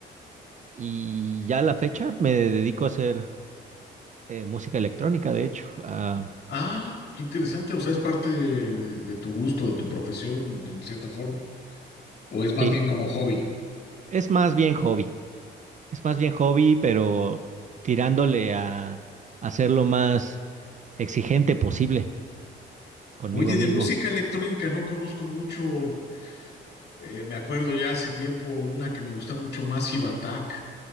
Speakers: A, on the right (about 40°); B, on the left (about 55°).
A: y ya a la fecha me dedico a hacer eh, música electrónica, de hecho. Ah,
B: Ah, qué interesante, o sea, es parte de, de tu gusto, de tu profesión, en cierta forma, o es más
A: sí,
B: bien como hobby.
A: es más bien hobby. Es más bien hobby, pero tirándole a hacer lo más exigente posible conmigo
B: Oye,
A: mismo.
B: de música electrónica no conozco mucho, eh, me acuerdo ya hace tiempo una que me gusta mucho, Massive Attack,